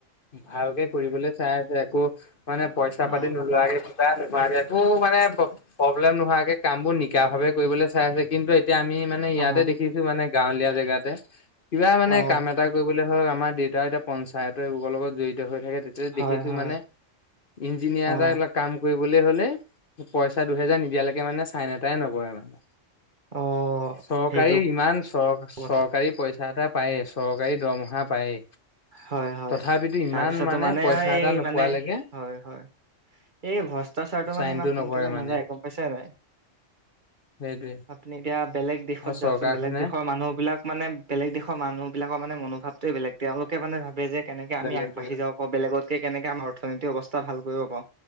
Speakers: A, on the left; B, on the right.
A: ভালকে কৰিবলৈ চাইছে আকৌ মানে পইচা
B: অ
A: পাতি নোলোৱাকে নোৱা একো মানে প্ৰব্লেম নোহোৱাকে কাম বোৰ নিকা ভাৱে কৰিবলৈ চাই আছে কিন্তু এতিয়া আমি মানে ইয়াতে
B: অ
A: দেখিছো মানে গাঁৱলীয়া জেগাতে কিবা মানে
B: অ
A: কাম এটা কৰিবলৈ ধৰক আমাৰ দেউতা এতিয়া পঞ্চায়তৰ এবোৰ লগত জড়িত হৈ থাকে তেতিয়া
B: হয়
A: দেখিছো
B: হয়
A: মানে ইঞ্জিনিয়াৰ
B: অ
A: এটা এইবিলাক কাম কৰিব কলে হলে পইচা দুহেজাৰ নিদিয়ালৈকে মানে চাইন এটাই নকৰে মানে
B: অ',
A: চৰকাৰী
B: সেইটো
A: ইমান চৰ চৰকাৰী
B: কথা
A: পইচা এটা পাই আছো চৰকাৰী দৰমহা পায়েই
B: হয়- হয়
A: তথাপিতো ইমান
B: তাৰপিছতো মানে
A: পইচা
B: এই
A: এটা নোপোৱালৈকে
B: মানে হয়- হয় এই ভ্ৰষ্টাচাৰটো
A: চাইনটো
B: মানে ইমান সোনকালে
A: নকৰে মানে
B: নাযায় গম পাইছে নে নাই
A: সেইটোৱে।
B: আপুনি এতিয়া বেলেগ দেশত
A: আৰু চৰকাৰখনে
B: যাওকচোন বেলেগ দেশৰ মানুহ এইবিলাক মানে বেলেগ দেশৰ মানুহবিলাকৰ মানে মনোভাৱটোৱে বেলেগ তেওঁলোকে মানে ভাবে যে কেনেকে আমি
A: বেলেগ
B: আগবাঢ়ি
A: বেলেগ
B: যাব পাওঁ বেলেগতকে কেনেকে আমাৰ অৰ্থনীতি অৱস্থা ভাল কৰিব পাওঁ